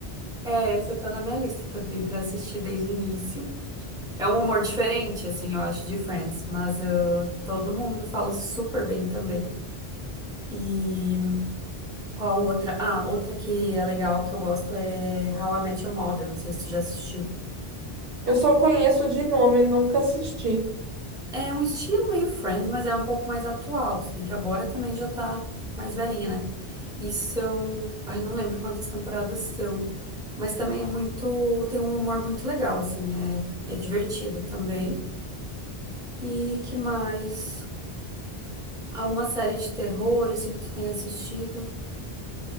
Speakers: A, in the centre; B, on the right.
A: É, essa tá na minha lista também pra assistir desde o início. É um humor diferente, assim, eu acho, de Friends, mas ah, todo mundo fala super bem também. E qual outra? Ah, outra que é legal, que eu gosto é How I Met Your Mother, não sei se tu já assistiu.
B: Eu só conheço de nome, nunca assisti.
A: É um estilo meio Friends, mas é um pouco mais atual, se bem que agora também já tá mais velhinha, né? E são, ai, não lembro quantas temporadas são, mas também é muito, tem um humor muito legal, assim, é, é divertido também. E que mais? Alguma série de terror, assim, que tu tenha assistido?